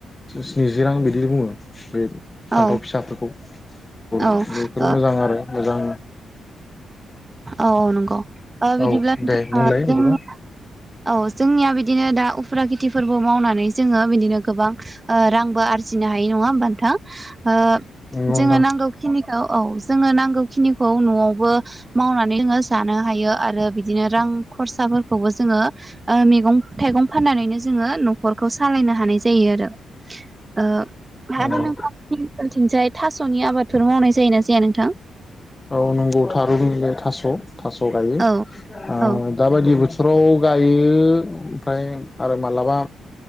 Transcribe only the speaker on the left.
स्निजि रां बिदि बुङो बे फान्थाव
फिसाफोरखौ फुल
बेफोर
मोजां आरो मोजां
औ
दे बुंलाय
बिदिबा
नंगौ
नोंथां
औ
औ नंगौ थारुनबिलाय थास' थास' गायो
ओ
दाबायदि बोथोर बोथोराव गायो ओमफ्राय आरो माब्लाबा